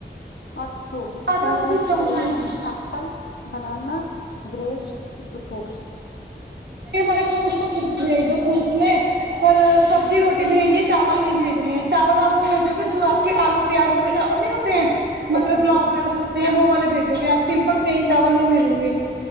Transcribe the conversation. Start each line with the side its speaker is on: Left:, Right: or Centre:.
Left: اور فروٹ
Right: اچھا
Left: فروٹ
Right: وہ بھی
Left: میں
Right: کم
Left: کرلے
Right: ہاں
Left: گا
Right: جی
Left: ایپل بنانا گریپس فروٹس
Right: مارے فروٹ تو کچھ بھی بھیج دو فروٹ میں پر سبزی روٹی بھیجنی ہے چاول نہیں بھیجنے ہے چاول آپ وہ بھیجو گے جو آپ کے آلو پیاز ویرے چاول نہیں ہوتے ہیں مٹر
Left: ہاں
Right: پلاؤ وغیرہ جو ہوتے ہیں وہ والے بھیٹ آپ سمپل پلین چاول نہیں بھیج گے